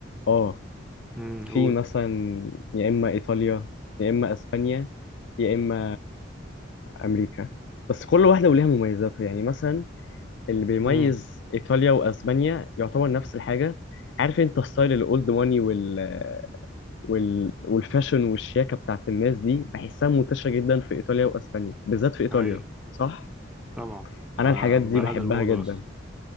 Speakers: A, on the left; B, in the centre.
A: اه
B: امم
A: في
B: قول
A: مثلا يا إما إيطاليا يا إما أسبانيا يا إما أمريكا بس كل واحدة وليها مميزاتها يعني مثلا اللي بيميز
B: امم
A: إيطاليا وأسبانيا يعتبر نفس الحاجة عارف أنت ستايل الأولد ماني وال... وال... والفاشن والشياكة بتاعت الناس دي بحسها منتشرة جدا في إيطاليا وأسبانيا بالذات في إيطاليا
B: اي
A: صح؟
B: طبعا آه
A: أنا الحاجات دي
B: بلد
A: بحبها
B: الموضة
A: جدا
B: اصلا